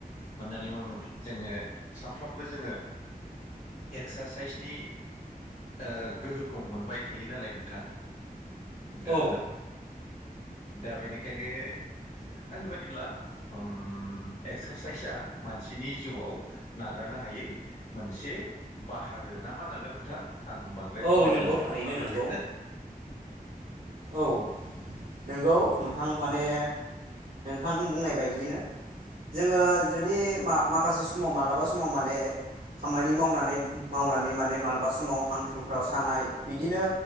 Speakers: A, on the left (about 50°); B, on the right (about 65°).
A: मानो होननानै बुङोब्ला जोङो सानफ्रामबो जोङो एक्सारसाइसनि ओ गोहोखौ मोनबाय थायो नालाय नोंथां। दा
B: औ
A: दा बेनिखायनो आंनि बादिब्ला ओम एक्सारसाइसआ मानसिनि जिउआव नागारनो हायै मोनसे बाहागो। ना मानांगोन नोंथां आं बांद्राय
B: औ
A: बुजिलायलांला
B: नोंगौ थारैनो
A: बाहागो।
B: नोंगौ औ नंगौ नोंथां माने नोंथां बुंनाय बायदियैनो जोङो जुदि मा माखासे समाव माब्लाबा समाव माने खामानि मावनानै मावनानै माने मालाबा समाव हांथुफ्राव सानाय बिदिनो